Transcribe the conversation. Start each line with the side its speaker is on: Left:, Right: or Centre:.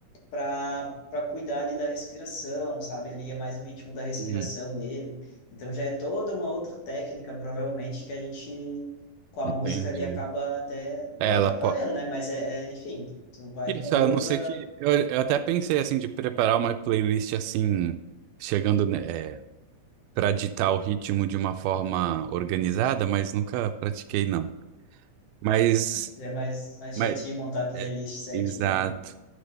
Left: para para cuidar ali da respiração, sabe? Ele ia mais no ritmo da respiração
Right: Hum,
Left: dele. Então já é toda uma outra técnica, provavelmente, que a gente, com a
Right: entendi.
Left: música ali, acaba até não
Right: É, Ela
Left: atrapalhando,
Right: pode.
Left: né? Mas é, é, enfim, tu vai
Right: Isso,
Left: com outra.
Right: a não ser que. Eu, eu até pensei assim de preparar uma playlist assim, chegando, né, é, para ditar o ritmo de uma forma organizada, mas nunca pratiquei, não. Mas.
Left: Já é mais, mais
Right: mas
Left: chatinho montar a playlist
Right: é,
Left: certinha,
Right: exato.
Left: né?